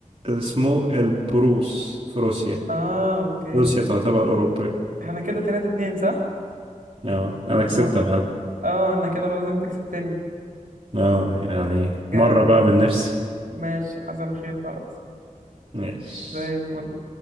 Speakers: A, on the right (about 40°); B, on the right (about 80°).
A: اسمه البروس في روسيا
B: اه اوكي
A: روسيا تعتبر أوروبية
B: احنا كده 3 2 صح؟
A: اه أنا كسبت
B: هو
A: يا معلم
B: اه انا كده خلاص انت كسبتني
A: اه يعني
B: جامد
A: مرة بقى
B: يا عم
A: من نفسي
B: ماشي حصل خير خلاص
A: ماشي
B: زي الفل